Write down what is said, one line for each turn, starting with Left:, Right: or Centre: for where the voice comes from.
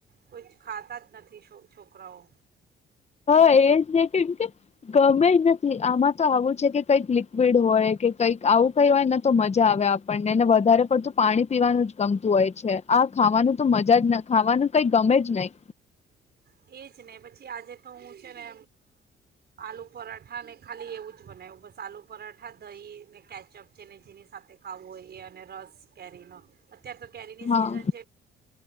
Right: કુછ ખાતા જ નથી છો છોકરાઓ.
Left: હા એ જ ને કેમ કે ગમે જ નથી આમાં તો આવું છે કે કંઈક લિક્વિડ હોય કે કંઈક આવું કઈ હોય તો મજ જા આવે આપણને અને વધારે પડતું પાણી પીવાનું જ ગમતું હોય છે. આ ખાવાનું તો મજા જ ના ખાવાનું કઈ ગમે જ નહી.
Right: એ જ ને પછી આજે તો હું છે ને આલુ પરાઠા ને ખાલી એવું જ બનાવ્યું બસ આલુ પરાઠા દહી ને કેચઅપ છે ને જેની સાથે ખાવું હોઈ એ અને રસ કેરીનો... ત્યાં તો કેરીની સીજન...
Left: હા